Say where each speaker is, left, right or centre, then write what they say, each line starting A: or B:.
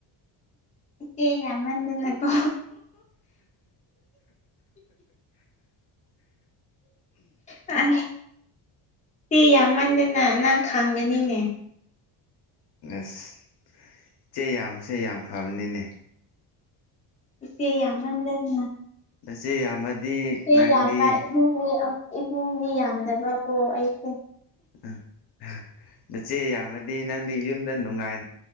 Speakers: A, on the left; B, on the left.
A: ꯍꯦꯒ ꯃꯟꯗꯤꯅ ꯀꯣ ꯑ ꯁꯤ ꯌꯥꯝꯃꯟꯗꯅ ꯅꯪ ꯈꯥꯡꯒꯅꯤꯅꯦ
B: ꯑꯁ ꯏꯆꯦ ꯌꯥꯝꯁꯦ ꯌꯥꯝ ꯐꯕꯅꯤꯅꯦ
A: ꯁꯤꯆꯦ ꯌꯥꯝꯃ ꯂꯩꯅ
B: ꯅꯆꯦ ꯌꯥꯝꯃꯗꯤ
A: ꯁꯤ
B: ꯅꯪꯗꯤ
A: ꯌꯥꯝꯕ ꯏꯨꯡ ꯏꯕꯨꯡꯒꯤ ꯌꯥꯝꯗꯕꯀꯣ ꯑꯩꯁꯦ
B: ꯎ ꯅꯆꯦ ꯌꯥꯝꯃꯗꯤ ꯅꯪꯗꯤ ꯌꯨꯝꯗ ꯅꯨꯡꯉꯥꯏ